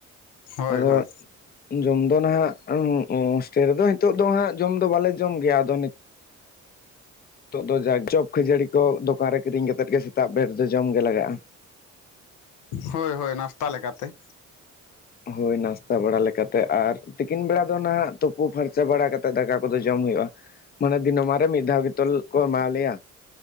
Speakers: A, on the left; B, on the left.
A: ᱦᱳᱭ
B: ᱟᱫᱚ
A: ᱦᱳᱭ
B: ᱡᱚᱢ ᱫᱚ ᱱᱟᱦᱟᱜ ᱦᱳᱥᱴᱮᱞ ᱨᱮᱫᱚ ᱱᱤᱛᱚᱜ ᱫᱚ ᱦᱟᱸᱜ ᱡᱚᱢ ᱫᱚ ᱵᱟᱞᱮ ᱡᱚᱢ ᱜᱮᱭᱟ ᱟᱫᱚ ᱱᱤᱛᱚᱜ ᱫᱚ ᱡᱟ ᱪᱚᱯ ᱠᱷᱟᱹᱡᱟᱹᱲᱤ ᱠᱚ ᱫᱚᱠᱟᱱ ᱨᱮ ᱠᱤᱨᱤᱧ ᱠᱟᱛᱮᱫ ᱜᱮ ᱥᱮᱛᱟᱜ ᱯᱟᱣᱟᱨ ᱨᱮ ᱫᱚ ᱡᱚᱢ ᱜᱮ ᱞᱟᱜᱟᱜᱼᱟ᱾
A: ᱦᱳᱭ ᱦᱳᱭ ᱱᱟᱥᱛᱟ ᱞᱮᱠᱟᱛᱮ᱾
B: ᱦᱳᱭ ᱱᱟᱥᱛᱟ ᱵᱟᱲᱟ ᱞᱮᱠᱟᱛᱮ ᱟᱨ ᱛᱤᱠᱤᱱ ᱵᱮᱲᱟ ᱫᱚ ᱱᱟᱦᱟᱜ ᱛᱩᱯᱩ ᱯᱷᱟᱨᱪᱟ ᱵᱟᱲᱟ ᱠᱟᱛᱮ ᱫᱟᱠᱟ ᱠᱚᱫᱚ ᱡᱚᱢ ᱦᱩᱭᱩᱜᱼᱟ ᱢᱟᱱᱮ ᱫᱤᱱᱚᱢᱟᱱ ᱨᱮ ᱢᱤᱫ ᱫᱷᱟᱣ ᱜᱮᱛᱚ ᱠᱚ ᱮᱢᱟᱣ ᱞᱮᱭᱟ᱾